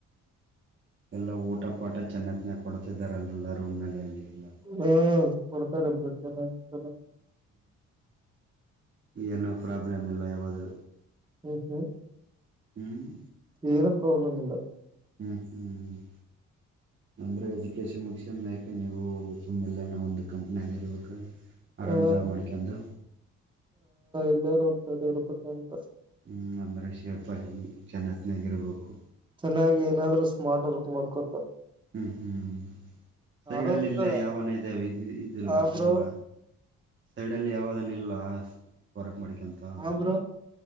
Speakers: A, on the right; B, on the right.
A: ಎಲ್ಲಾ ಊಟ ಪಾಟ ಚೆನ್ನತ್ನ ಕೊಡ್ತಿದಿದ್ದಾರೆ ಅಲ್ಲೆಲ್ಲ ರೂಮ್ ನಲ್ಲಿ ಅಲ್ಲಿ. ಎಲ್ಲ
B: ಹ್ಮ ಕೊಡ್ತಾರೆ <inaudible>
A: ಏನ ಪ್ರಾಬ್ಲಮ್ ಇಲ್ಲ ಯಾವದು.
B: ಹ್ಮ್ ಹ್ಮ್.
A: ಹ್ಮ್.
B: ಎನು ಪ್ರೋಬ್ಲಮ ಇಲ್ಲ.
A: ಹ್ಮ್ ಹ್ಮ್ ಹ. ಅಂದ್ರೆ ಎಜುಕೇಶನ್ ಮುಗೀಸನ್ ಮ್ಯಕೆ ನೀವು ಸುಮ್ಮ್ನೆಲ್ಲನ ಒಂದು ಕಂಪ್ನಿಯಲ್ಲಿ ಇರ್ಬೇಕ. ಆರಾಮ
B: ಆ
A: ಜಾಬ್ ಮಾಡ್ಕೆಂದು.
B: ಎಲ್ಲಾರೂ ಅಂತಾರೆ ಇರ್ಬೇಕು ಅಂತ.
A: ಹ್ಮ್ ಅಂದ್ರೆ ಶೇಪ ಆಗಿ ಚೆನ್ನತಿನಾಗಿ ಇರ್ಬೇಕು.
B: ಚೆನ್ನಾಗಿ ಏನಾದ್ರೂ ಸ್ಮಾರ್ಟ ವರ್ಕ್ ಮಾಡ್ಕೊತ.
A: ಹ್ಮ್ ಹ್ಮ್ ಸೈಡ್ಲ್ಲಿ
B: ಹಾರ್ಡ್ ವರ್ಕ್
A: ಇಲ್ಲಿಯ ಯಾವನ ಇದೆ ಇದ ಇದಿಲ್ಲ
B: ಆ ಬ್ರೋ
A: ಇಲ್ಲ. ಸೈಡ್ ಅಲ್ಲಿ ಯಾವದನ್ ಇಲ್ಲ ವರ್ಕ್. ಮಾಡಿಕಂತ
B: ಹಾ ಬ್ರೋ